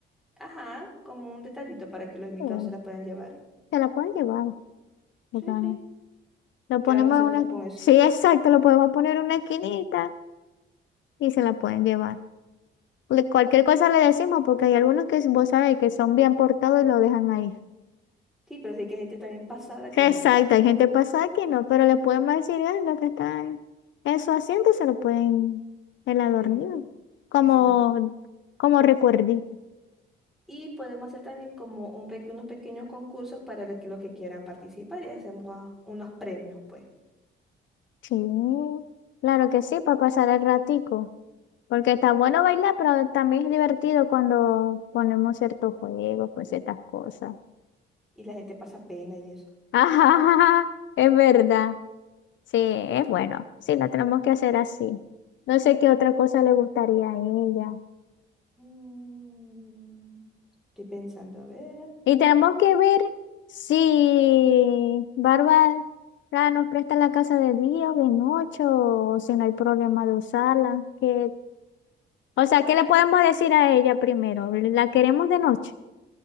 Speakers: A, in the centre; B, on the left (about 70°).
A: Ajá, como un detallito para que los invitados
B: Eh,
A: se la puedan llevar.
B: Se la pueden llevar. porque,
A: Sí,
B: ajá,
A: sí.
B: Lo ponemos
A: ¿Qué vamos a hacer
B: en una...
A: nosotros
B: esqui-
A: con eso?
B: Sí, exacto. Lo podemos poner en una esquinita y se la pueden llevar. Le-
A: Mm.
B: Cualquier cosa le decimos porque hay algunos que vos sabés que son bien portados y lo dejan ahí.
A: Sí, pero sí que hay gente también pasada que
B: Exacto.
A: no.
B: Hay gente pasada que no, pero le podemos decir "Ah, lo que está en, en su asiento se lo pueden el adornillo.
A: Ten-
B: Como,
A: Sí.
B: como recuerdito.
A: Y podemos hacer también como un pe- unos pequeños concursos para los que, los que quieran participar y hacemos unos premios, pues.
B: Sí, claro que sí, para pasar el ratico. Porque
A: Ujú.
B: está bueno bailar, pero también es divertido cuando ponemos ciertos juegos, pues ciertas cosas.
A: Y la gente pasa pena y eso.
B: <laughs> Ajá, es verdad. Sí, es bueno. Sí, lo tenemos que hacer así. No sé qué otra cosa le gustaría a ella.
A: Mm, Estoy pensando, a ver.
B: Y tenemos que ver si Bárbara nos presta la casa de día o de noche o si no hay problema de usarla. Que... O sea,
A: Bueno,
B: ¿qué le podemos decir a ella primero? ¿La queremos de noche?